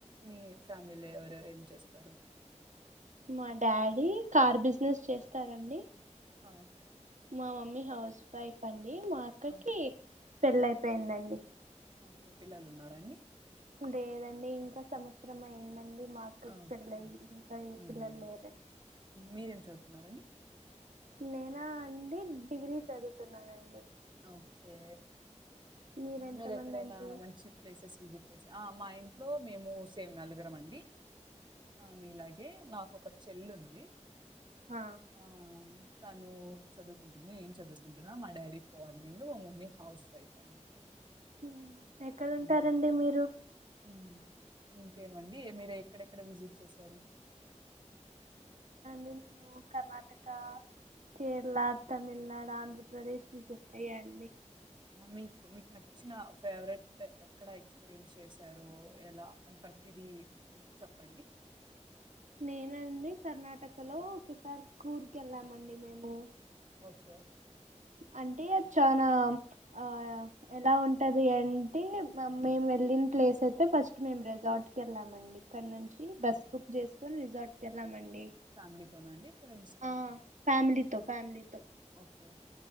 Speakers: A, on the right (about 40°); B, on the right (about 80°).
A: మీ ఫ్యామిలీలో ఎవరేవరు ఏం చేస్తారు
B: మా డాడీ కార్ బిజినెస్ చేస్తారండి
A: ఆ
B: మా మమ్మీ హౌస్ వైఫ్ అండి మా అక్కకి
A: ఓకే
B: పెళ్ళయిపోయిందండి
A: ఓకే పిల్లలు ఉన్నారాండీ
B: లేదండి ఇంకా సంవత్సరం అయిందండి మా అక్కకి
A: ఆ ఓకే
B: పెళ్ళయి ఇంకా ఏ
A: ఉమ్
B: పిల్లలు లేరండి
A: మీరేం చదుతున్నారండి
B: నేనా అండి డిగ్రీ చదువుతున్నానండి
A: ఓకే
B: మీరెంతమంది
A: మీరెక్కడైనా
B: అండి
A: మంచి ప్లేసెస్ విజిట్ చేసి మా ఇంట్లో మేము సేమ్ నలుగురం అండి ఆ మీలాగే నాకు ఒక చెల్లుంది
B: ఆ
A: ఆ తను చదువుకుంటుంది నేను చదువుకుంటున్నా మా డాడీ ఫార్నింగ్ మా మమ్మీ హౌస్ వైఫ్ అండి
B: ఉమ్ ఎక్కడుంటారండీ
A: ఉమ్.
B: మీరు
A: ఉమ్ ఇంకేమండి మీరు ఎక్కడెక్కడ విజిట్ చేశారు
B: మేము కర్ణాటక కేరళ తమిళనాడు ఆంధ్రప్రదేశ్ ట్రిప్య్ అండి
A: మీకు మీకు నచ్చిన ఫేవరెట్ ఎక్కడ ఎక్స్ ఎక్స్పీరియన్స్ చేశారో ఎలా అంటే ప్రతిదీ చెప్పండి
B: నేనండి కర్ణాటకలో ఒకసారి కూర్గ్ కి వెళ్ళామండి మేము.
A: ఓకే.
B: అంటే అది చనా ఆ. ఎలా ఉంటది అంటే మేము వెళ్ళిన ప్లేస్ అయితే ఫస్ట్ మేము రిజార్ట్ క వెళ్ళామండి. అక్కడ నుంచి బస్సు బుక్ చేసుకుని రిజార్ట్కి వెళ్ళామండి.
A: ఫ్యామిలీతోన అండి ఫ్రెండ్స్ తోన.
B: ఆ ఫ్యామిలీతో ఫ్యామిలీతో.
A: ఓకే.